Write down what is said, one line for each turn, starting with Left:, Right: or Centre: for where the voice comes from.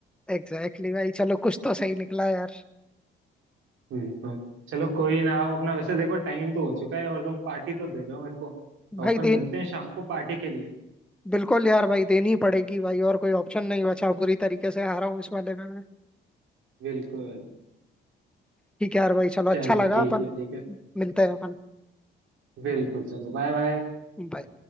Centre: एग्जैक्टली exactly भाई चलो कुछ तो सही निकला यार
Right: बिल्कुल चलो कोई ना आओ अपना वैसे देखो टाइम तो हो चुका है और तुम पार्टी तो दे रहे हो मेरे को तो
Centre: भाई
Right: अपन
Centre: देन
Right: मिलते हैं शाम को पार्टी के लिए
Centre: बिल्कुल यार भाई देनी ही पड़ेगी भाई और कोई ऑप्शन नहीं बचा बुरी तरीके से हारा हूँ इस वाले में मैं
Right: बिल्कुल
Centre: ठीक है यार भाई चलो अच्छा
Right: चलो
Centre: लगा
Right: ठीक
Centre: अपन
Right: है ठीक है
Centre: मिलते हैं अपन
Right: बिल्कुल चलो बाय बाय
Centre: बाय